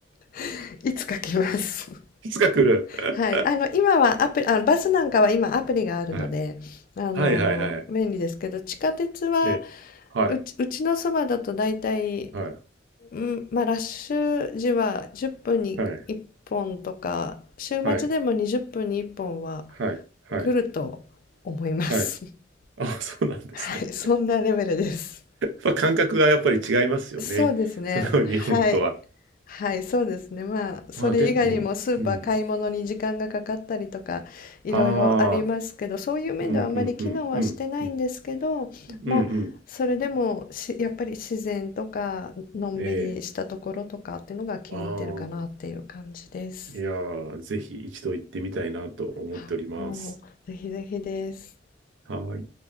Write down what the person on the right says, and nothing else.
いつか来る。
はい。
はいはいはい。
え、はい。
はい。
はい。
はい。はい。はい。
はい
あ、そうなんですね。
まあ、感覚がやっぱり違いますよね。
<laughs> その日本とは。
まあでも、うん。
ああ、
うんうんうんうんうん。うんうん。
ええ。ああ、いやー、ぜひ一度行ってみたいなと思っております。
はーい。